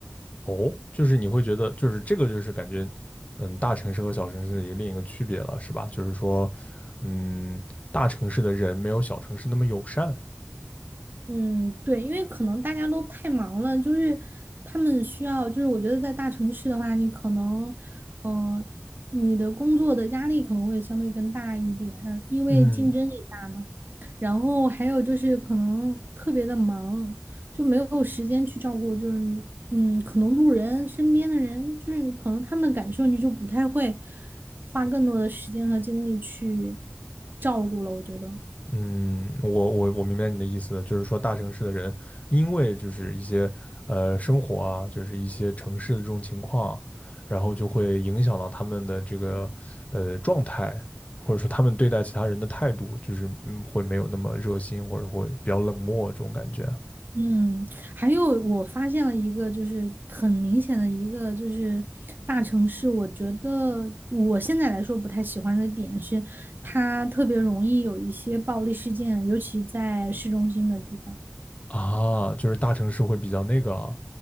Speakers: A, on the left; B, on the right.
A: 哦，就是你会觉得，就是这个，就是感觉，嗯，大城市和小城市的一个另一个区别了，是吧？就是说，嗯，大城市的人没有小城市那么友善。
B: 嗯，对，因为可能大家都太忙了，就是他们需要，就是我觉得在大城市的话，你可能，嗯、你的工作的压力可能会相对更大一点，因为竞争也大嘛。
A: 嗯
B: 然后还有就是可能特别的忙，就没有时间去照顾，就是你，嗯，可能路人身边的人，就是可能他们的感受，你就不太会花更多的时间和精力去照顾了，我觉得。
A: 嗯，我我我明白你的意思了就是说大城市的人，因为就是一些呃生活啊，就是一些城市的这种情况，然后就会影响到他们的这个呃状态，或者说他们对待其他人的态度，就是嗯会没有那么热心，或者会比较冷漠这种感觉啊。
B: 嗯，还有我发现了一个，就是很明显的一个，就是大城市，我觉得我现在来说不太喜欢的点是，它特别容易有一些暴力事件，尤其在市中心的地方。
A: 啊，就是大城市会比较那个啊